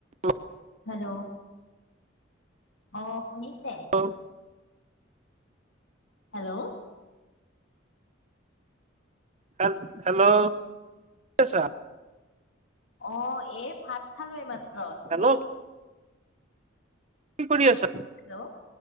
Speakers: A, on the right; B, on the left.
A: অ <inaudible>
B: hello অ শুনিছে?
A: Hello
B: hello,
A: hello hello আছা,
B: অ এ ভাত খালো এই মাত্ৰ তুমি-
A: হেল্ল' কি কৰি আছা,
B: হেল্ল'